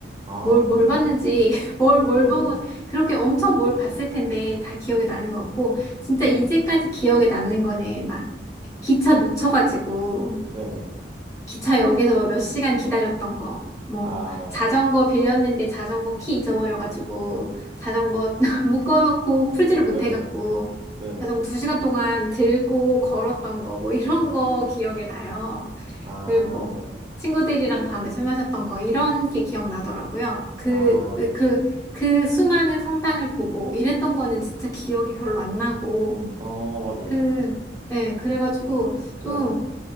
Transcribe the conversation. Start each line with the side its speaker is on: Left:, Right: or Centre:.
Right: 아,
Left: 뭘, 뭘
Right: 그래요?
Left: 봤는지, <laughs> 뭘, 뭘
Right: 네네,
Left: 보고, 그렇게 엄청 뭘 봤을 텐데 다 기억에 나는 것 같고, 진짜
Right: 네네,
Left: 이제까지 기억에 남는 거는 막 기차 놓쳐가지고,
Right: 네네.
Left: 기차역에서 몇 시간 기다렸던 거, 뭐,
Right: 아,
Left: 자전거 빌렸는데 자전거 키 잊어버려가지고, 자전거 <laughs> 묶어놓고 풀지를
Right: 네네,
Left: 못해갖고,
Right: 네네.
Left: 자전거 두 시간 동안 들고 걸었던 거, 뭐, 이런 거 기억에 나요.
Right: 아,
Left: 그리고 뭐, 친구들이랑 밤에 술 마셨던 거, 이런 게 기억나더라고요. 그,
Right: 아, 그쵸.
Left: 그, 그 수많은 성당을 보고, 이랬던 거는 진짜 기억이 별로 안 나고,
Right: 어, 맞아요.
Left: 그, 예, 그래가지고, 좀,
Right: 네네,